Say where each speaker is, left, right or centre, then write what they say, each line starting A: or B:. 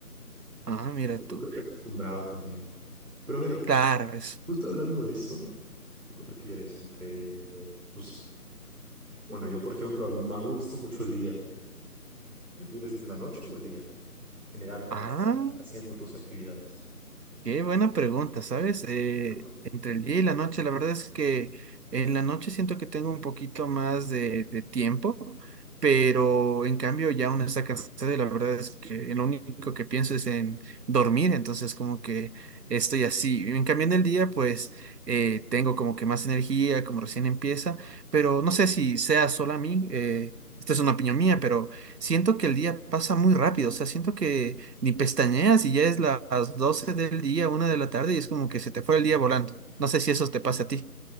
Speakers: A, on the right (about 85°); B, on the right (about 65°).
A: ah, mira
B: Estoy,
A: tú.
B: yo creo que acostumbrado también. Pero a ver,
A: Claro, es.
B: justo hablando de esto, ¿tú qué prefieres entre, pues, bueno, yo por ejemplo, a mí, a mí me gusta mucho el día. ¿Prefieres la noche o el día? En general, para
A: Ah.
B: estar haciendo tus actividades.
A: Qué buena pregunta, ¿sabes? Eh,
B: Ujú.
A: entre el día y la noche, la verdad es que en la noche siento que tengo un poquito más de, de tiempo, pero en cambio ya uno está cansado y la verdad es que en lo único que pienso es en dormir, entonces como que estoy así. En cambio en el día, pues eh, tengo como que más energía, como recién empieza, pero no sé si sea solo a mí, eh, esta es una opinión mía, pero siento que el día pasa muy rápido, o sea, siento que ni pestañeas y ya es la- las 12 del día, una de la tarde y es como que se te fue el día volando. No sé si eso te pasa a ti.